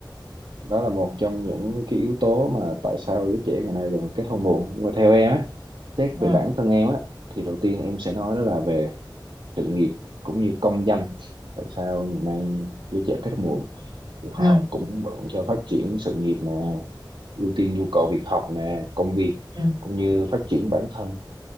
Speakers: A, on the right (about 80°); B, on the right (about 55°).
A: đó là một trong những cái yếu tố mà tại sao giới trẻ ngày nay còn kết hôn muộn nhưng mà theo em á xét
B: ừ
A: về bản thân em á thì đầu tiên em sẽ nói đó là về sự nghiệp cũng như công danh tại sao ngày nay giới trẻ kết hôn muộn thì họ
B: ừ
A: cũng bận cho phát triển sự nghiệp nè ưu tiên nhu cầu việc học nè công việc
B: ừ
A: cũng như phát triển bản thân